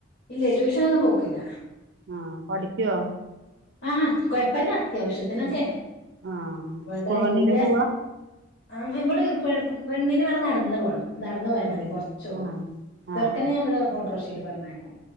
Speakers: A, on the left; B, on the right.
A: ഇല്ലേ ട്യൂഷനൊന്നും പോക്കില്ല
B: ആഹ് പഠിക്ക്യോ?
A: ആഹ് ആഹ് കൊയപ്പില്ല അത്യാവശ്യത്തിനൊക്കെ
B: ഉം ആഹ്
A: വ്ടെ
B: സ്കൂൾ
A: ഇന്റ
B: വണ്ടിയിലാ പോവാ
A: ആഹ് ഇവിടെ പെ പെണ്ണിന് ഇവിടെ നടന്നു പോണം നടന്നു പോയാ മതി
B: ഉം
A: കൊറച്ചേള്ളൂ
B: ആഹ്
A: ചെറുക്കനെ
B: ആഹ്
A: ഞാൻ ഇവിടെ ഓട്ടോറിക്ഷയിൽ പറഞ്ഞേക്കും